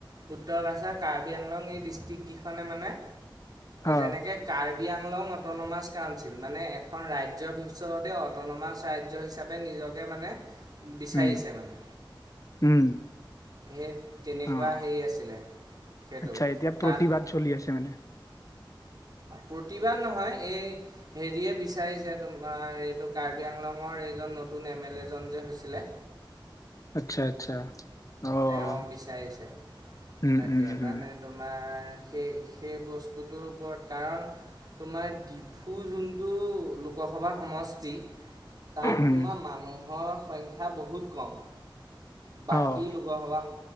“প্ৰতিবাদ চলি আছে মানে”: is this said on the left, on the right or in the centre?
Left